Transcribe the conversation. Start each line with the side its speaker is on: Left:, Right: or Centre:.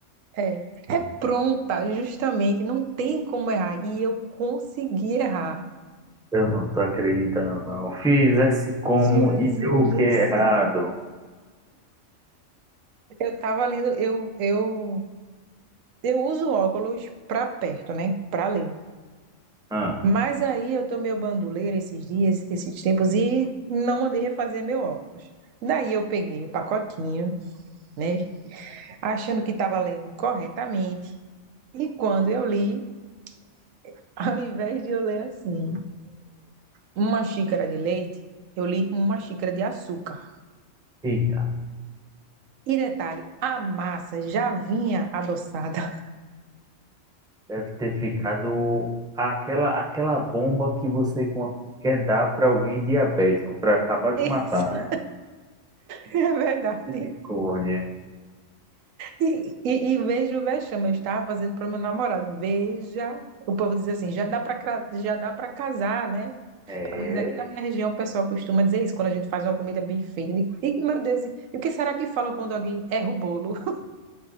Right: É, é pronta, justamente, não tem como errar. E eu consegui errar.
Centre: Eu não tô acreditando, não. Fiz esse como
Right: Jesus
Centre: e deu o que
Right: do
Centre: errado?
Right: céu. Eu tava lendo, eu, eu, eu uso óculos pra perto, né? Pra ler.
Centre: Ah,
Right: Mas aí eu tomei o banduleiro esses dias, esses tempos, e não mandei refazer meu óculos. Daí eu peguei o pacotinho, né? Achando que estava lendo corretamente. E quando eu li, <laughs> ao invés de eu ler assim, uma xícara de leite, eu li uma xícara de açúcar.
Centre: eita,
Right: E detalhe, a massa já vinha adoçada.
Centre: deve ter ficado aquela, aquela bomba que você con- quer dar para alguém diabético, para acabar de
Right: <laughs> Isso
Centre: matar, né?
Right: é verdade.
Centre: Misericórdia.
Right: E, e, e veja o vexame, eu estava fazendo para meu namorado. Veja, o povo diz assim, já dá para já dá para casar, né?
Centre: É,
Right: Pelo menos aqui na minha região o pessoal costuma dizer isso quando a gente faz uma comida bem feita. E meu Deus, e o que será que fala quando alguém erra o bolo? <laughs>